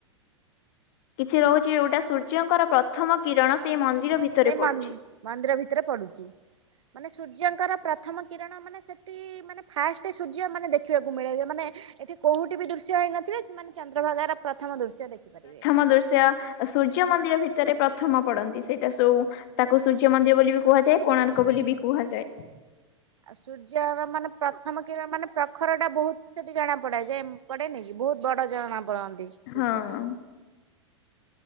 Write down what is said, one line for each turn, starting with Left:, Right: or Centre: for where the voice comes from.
Left: କିଛି ରହୁଛି। ଯୋଉଟା ସୂର୍ଯ୍ୟଙ୍କର ପ୍ରଥମ କିରଣ ସେଇ ମନ୍ଦିର ଭିତରେ
Right: ସେଇ
Left: ପଡୁଛି
Right: ମନ୍-ମନ୍ଦିର ଭିତରେ ପଡ଼ୁଛି ମାନେ ସୂର୍ଯ୍ୟଙ୍କର ପ୍ରଥମ କିରଣ ମାନେ ସେଠି ମାନେ ଫାଷ୍ଟ ସୂର୍ଯ୍ୟ ମାନେ ଦେଖିବାକୁ ମିଳେ ମାନେ ଏଠି। କୋଉଠି ବି ଦୃଶ୍ୟ ହେଇନଥିବେ ମାନେ ଚନ୍ଦ୍ରଭାଗାର ପ୍ରଥମ ଦୃଶ୍ୟ ଦେଖିପାରିବେ।
Left: ପ୍ରଥମ ଦୃଶ୍ୟ ସୂର୍ଯ୍ୟ ମନ୍ଦିର ଭିତରେ ପ୍ରଥମ ପଡନ୍ତି। ସେଇଟା ସବୁ ତାକୁ ସୂର୍ଯ୍ୟ ମନ୍ଦିର ବୋଲି ବି କୁହାଯାଏ। କୋଣାର୍କ ବୋଲି ବି କୁହାଯାଏ।
Right: ଆଉ ସୂର୍ଯ୍ୟର ମାନେ ପ୍ରଥମ କିରଣ ମାନେ ପ୍ରଖରଟା ବହୁତ ସେଠି ଜଣା ପଡେ ଯେ ପଡେନି। ବହୁତ ବଡ ଜଣା ପଡନ୍ତି।
Left: ହଁ।
Right: ସୂର୍ଯ୍ୟ।